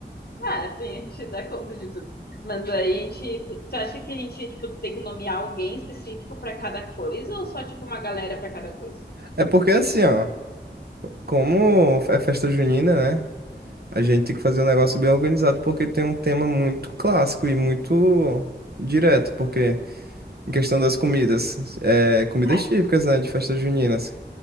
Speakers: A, on the left (about 60°); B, on the right (about 60°).
A: Ah, sim, a gente dá conta de tudo. Mas aí a gente. Tu acha que a gente, tipo, tem que nomear alguém específico pra cada coisa ou só, tipo, uma galera pra cada coisa?
B: É porque assim, ó. Como é festa junina, né? A gente tem que fazer um negócio bem organizado porque tem um tema muito clássico e muito direto, porque em questão das comidas, é, comidas
A: Tá,
B: típicas, né, de festas juninas,